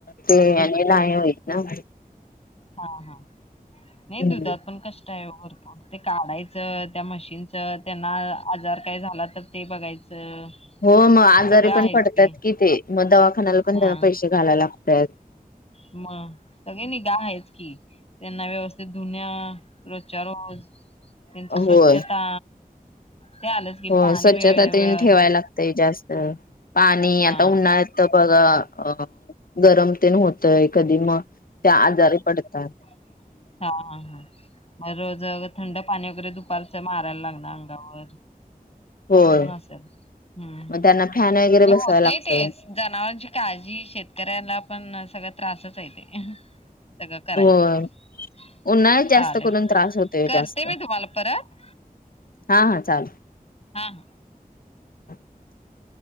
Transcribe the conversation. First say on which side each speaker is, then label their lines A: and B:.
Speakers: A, on the left (about 70°); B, on the left (about 40°).
A: ते आणि नाही होईत ना
B: हा हा नाही
A: हम्म
B: दुधात पण कष्ट आहे भरपूर ते काढायच च त्या मशीनचं त्यांना आजार काय झाला तर ते बघायचं
A: हो मग आजारी
B: सगळं आहेच
A: पण पडतात
B: की
A: कि ते मग दवाखान्याला पण
B: हा
A: त्यांना पैसे घालायला लागतात
B: मग सगळेनी गा आहेच की त्यांना व्यवस्थित धुन रोजच्या रोज त्यांची स्वच्छता
A: होय
B: ते आलंच की
A: हो
B: पाणी
A: स्वच्छता
B: वेळेवर
A: ठेवाय लागते जास्त ह पाणी
B: हा
A: आता
B: हा
A: उन्हात बघ अ गरम तेन होतय कधी मग त्या आजारी पडतात
B: हा हा हा मग रोज थंड पाणी वगैरे दुपारच मारायला लागणार कार
A: होय
B: असं पण असेल हम्म
A: मग त्यांना फॅन वगैरे
B: ह्
A: बसवायला
B: होतय
A: लागतोय
B: तेच जनावरांची काळजी शेतकऱ्याला पण सगळ्यात त्रासच हाय ते सगळं करायचं
A: होय.
B: म्हणजे
A: उन्हाळ्यात जास्त
B: चालेल
A: करून त्रास होतोय
B: करते
A: जास्त
B: मी तुम्हाला परत
A: हा हा चालल <inaudible>
B: हा हा
A: <inaudible>